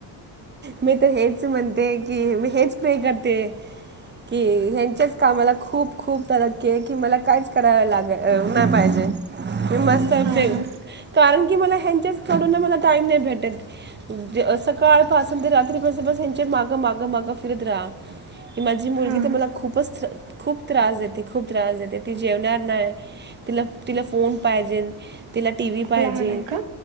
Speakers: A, on the right; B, on the right.
A: मी तर हेच म्हणते की, मी हेच प्रे करते की हेंच्याच कामाला खूप खूप तरक्की आहे की मला कायच करावं लागे नाही पाहिजे. मी मस्त
B: हा
A: फ
B: हा.
A: कारण की मला ह्यांच्याचकडूनून मला टाईम नाही भेटत जे सकाळपासून ते रात्रीपासून बस ह्यांच्या मागं मागं मागं फिरत राहा. की माझी मुलगी
B: हा
A: तर मला
B: हा
A: खूपच खूप त्रास देते, खूप त्रास देते. ती जेवणार नाही, तिला, तिला फोन पाहिजेल. तिला टी व्ही पाहिजेल.
B: लहान आहे का?